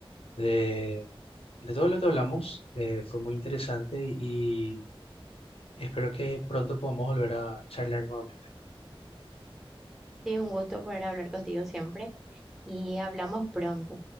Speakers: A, on the left; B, in the centre.
A: de, de todo lo que hablamos. eh, fue muy interesante y espero que pronto podamos volver a charlar nuevamente.
B: Sí, un gusto poder hablar contigo siempre y hablamos pronto.